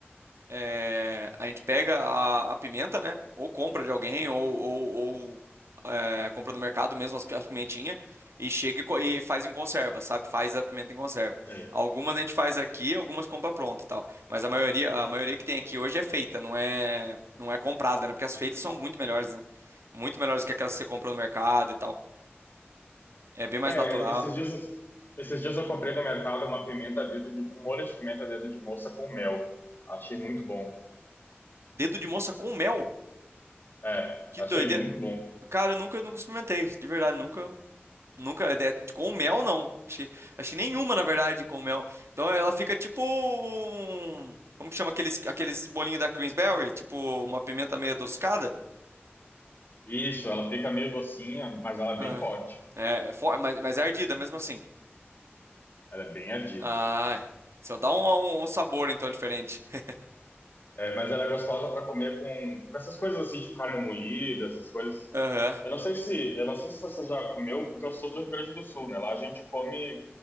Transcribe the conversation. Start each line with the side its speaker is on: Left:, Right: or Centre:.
Right: é, a gente pega a, a pimenta, né? Ou compra de alguém, ou, ou, ou, é, compra no mercado mesmo as, pi- as pimentinhas e chega e, co- e faz em conserva, sabe? Faz a pimenta em conserva.
Left: Sei.
Right: Algumas a gente faz aqui, algumas compra pronta e tal. Mas a maioria, a maioria que tem aqui hoje é feita, não é, não é comprada, né? Porque as feitas são muito melhores, né? Muito melhores que aquelas que você compra no mercado e tal. É bem mais
Left: É,
Right: natural,
Left: esses
Right: enfim.
Left: dias esses dias eu comprei no mercado uma pimenta dedo de um molho de pimenta dedo de moça com mel. Achei muito bom.
Right: Dedo de moça com mel?
Left: É,
Right: Que
Left: achei
Right: doideira.
Left: muito bom.
Right: Cara, eu nunca, nunca experimentei, de verdade, nunca, nunca, é, de- com mel não, achei, achei nenhuma, na verdade, com mel, então ela fica tipo, um- como que chama aqueles, aqueles bolinhos da Queensberry, tipo uma pimenta meio adocicada,
Left: Isso, ela fica meio docinha, mas ela é
Right: Ah,
Left: bem forte.
Right: é, fo- mas, mas é ardida mesmo assim,
Left: Ela é bem ardida.
Right: ah, só dá um, um um sabor, então, diferente, <laughs>
Left: É, mas ela é gostosa para comer com, com essas coisas assim, tipo carne moída, essas coisas.
Right: aham,
Left: Eu não sei se, eu não sei se você já comeu, porque eu sou do Rio Grande do Sul, né? Lá a gente come